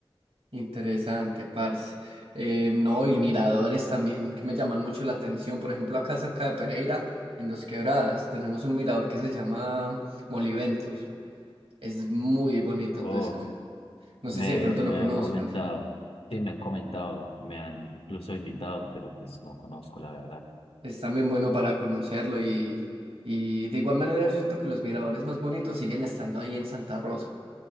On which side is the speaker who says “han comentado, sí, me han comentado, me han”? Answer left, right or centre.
Left